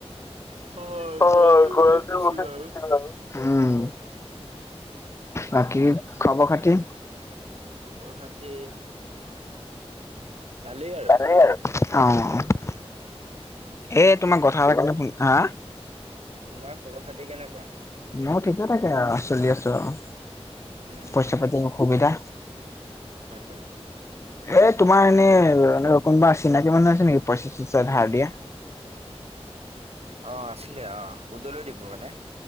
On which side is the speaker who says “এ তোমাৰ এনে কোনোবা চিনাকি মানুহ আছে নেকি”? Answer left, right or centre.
Left